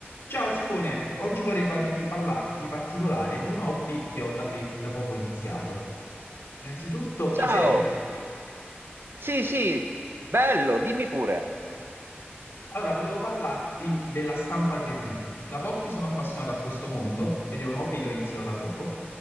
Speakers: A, on the left; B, on the right.
A: Ciao Simone, oggi vorrei parti- parlarti in particolare di un hobby che ho da, pe- da poco iniziato. Innanzitutto,
B: Ciao!
A: ci sei?
B: Sì, sì, bello, dimmi pure.
A: Allora, volevo parlarti della stampa 3D. Da poco mi sono appassionato a questo mondo ed è un hobby che ho iniziato da poco